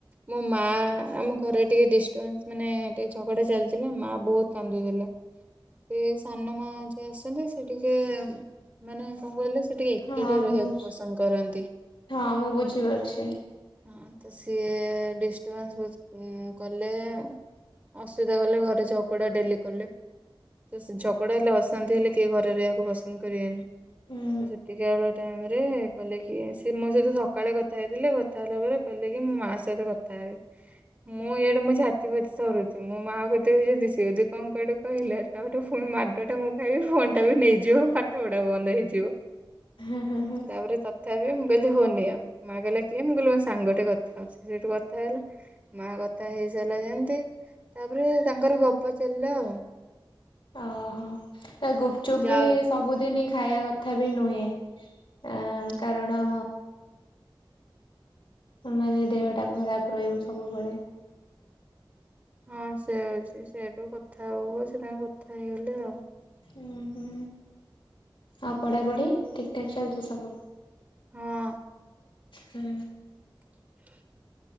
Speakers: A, on the right; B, on the left.
A: ମୋ ମାଆ, ଆମ ଘରେ ଟିକେ ଡିଷ୍ଟବାନ୍ସ ମାନେ ଟିକେ ଝଗଡ଼ା ଚାଲିଥିଲା, ମାଆ ବହୁତ କାନ୍ଦୁଥିଲେ। ସେ ସାନ ମା ଯିଏ ଆସିଛନ୍ତି, ସେ ଟିକେ, ମାନେ କଣ କହିଲେ ସେ ଟିକେ ଏକାଟିଏ
B: ହଁ
A: ରହିବାକୁ
B: ବୁଝ
A: ପସନ୍ଦ କରନ୍ତି।
B: ହଁ ମୁଁ ବୁଝିପାରୁଛି
A: ହଁ, ତ, ସିଏ ଡିଷ୍ଟର୍ବାନ୍ସ ବହୁତ କଲେ ଏ। ଅସୁବିଧା କଲେ, ଘରେ ଝଗଡ଼ା ଡେଲି କଲେ। ତ ସେ ଝଗଡା ହେଲେ, ଅଶାନ୍ତି ହେଲେ, କେହି ଘରେ ରହିବାକୁ ପସନ୍ଦ କରିବେନି,
B: ହୁଁ।
A: ତ ସେତିକି ଏଳୁ ଟାଇମ ରେ କଇଲେ କି, ସେ ମୋ ସହିତ ସକାଳେ କଥା ହେଇଥିଲେ, କଥା ହେଲା ପରେ କଇଲେ କି, ମୋ ମା ସହିତ କଥା କଥା ହେବେ। ମୁଁ ଇଆଡେ ମୋ ଛାତିଫାତି ଥରୁଛି, ମୋ ମା କୁ ଦେବି ଯଦି, ସେ ଯଦି କଣ କୁଆଡୁ କହିଲା ତା ପରେ ପୁଣି ମାଡ଼ଟା ମୁଁ ଖାଇବି, ଫୋନ ଟା ବି ନେଇଯିବ, ପାଠ ପଢା ବନ୍ଦ ହେଇଯିବ।
B: ହଁ ହଁ ହଁ।
A: ତାପରେ ତଥାପି ମୁଁ କହିଲି ହଉ ନିଅ, ମା କହିଲା କିଏ? ମୁଁ କହିଲି ମୋ ସାଙ୍ଗ ଟେ କଥା ହଉଛି, ସେଠୁ କଥା ହେଲା। ମା କଥା ହେଇସାରିଲା ଯେମିତି, ତାପରେ ତାଙ୍କର ଗପ ଚାଲିଲା ଆଉ।
B: ଅ ହ, ଗୁପଚୁପ୍
A: ଯାଉଛି
B: ବି ସବୁଦିନି ଖାଇଆ କଥା ବି ନୁହେଁ। ଅଁ, କାରଣ ମାନେ ଦେହ
A: ହଁ।
B: ଟା ଖରାପ ରହିବ, ସବୁବେଳେ।
A: ହଁ ସେ ଆଉଚି, ସେଇଠୁ କଥା ହଉ ହଉ, ସେ ତାଙ୍କ କଥା ହେଇଗଲେ ଆଉ।
B: ଉଁ ହୁଁ, ଆଉ ପଢାପଢି ଠିକ ଠାକ୍ ଚାଲିଚି ସବୁ?
A: ହଁ ଅ।
B: ହୁଁ।
A: <unintelligible>